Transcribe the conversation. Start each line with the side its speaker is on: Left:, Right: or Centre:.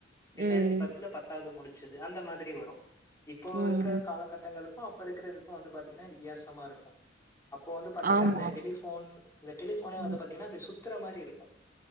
Left: ரெண்டாயிரத்தி
Right: ம்.
Left: பத்துல பத்தாவது முடிச்சது அந்த மாதிரி வரும் இப்போ
Right: ம்.
Left: இருக்க காலகட்டங்களுக்கும் அப்ப இருக்கறதுக்கும் வந்து பாத்தீங்கன்னா வித்தியாசமா இருக்கும் அப்போ வந்து பாத்தீங்கன்னா
Right: ஆமா.
Left: இந்த டெலிஃபோன் இந்த டெலிஃபோனே வந்து
Right: ம்.
Left: பாத்தீங்கன்னா அப்படி சுத்தற மாதிரி இருக்கும்